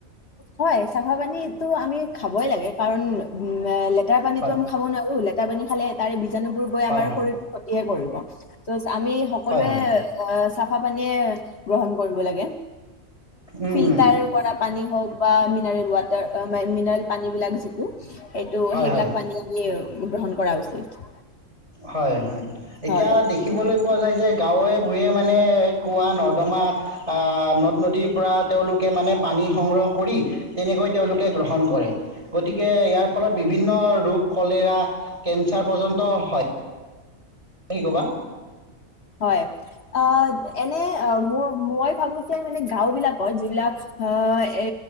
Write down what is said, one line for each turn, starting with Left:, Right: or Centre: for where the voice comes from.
Left: হয়, চাফা পানীতো আমি খাবই লাগে কাৰণ উ আহ লেত লেতেৰা পানীতো
Right: হয়
Left: আমি খাবও নোৱাৰো লেতেৰা পানী খালে এ তাৰে বিশ বীজাণুবোৰ গৈয়ে
Right: হয়
Left: আমাৰ
Right: হয়
Left: শৰীৰটো ক্ষতিহে কৰিব। ক ত স আমি সকলোৱে
Right: হয় হয়
Left: অ চাফ চাফা পানীয়ে গ্ৰহণ কৰিব লাগে।
Right: উম
Left: ফিল্টাৰ
Right: উম
Left: কৰা পানী হ হওক বা মিনাৰেল ৱাটাৰ অ মে মিনাৰেল পানীবিলাক যিটো। সেইটো
Right: হয়
Left: সেইবিলাক
Right: হয়
Left: পানী আমি গ্ৰহণ কৰা উচিত
Right: হয় হয় এতিয়া
Left: হয়।
Right: দেখিবলৈ পোৱা যায় যে গাঁৱে ভূঞে মানে কুঁৱা নৰ্দমা নদ নদীৰ পৰা তেওঁলোকে মানে পানী সংগ্ৰহ কৰি তেনেকৈ তেওঁলোকে গ্ৰহণ কৰে গতিকে ইয়াৰ ফলত বিভিন্ন ৰোগ কলেৰা কেন্সাৰ পৰ্যন্ত হয় কি ক'বা
Left: হয় অ এনে অ ম মই ভাবো যে মানে গাও বিলাকত যিবিলাক আহ এ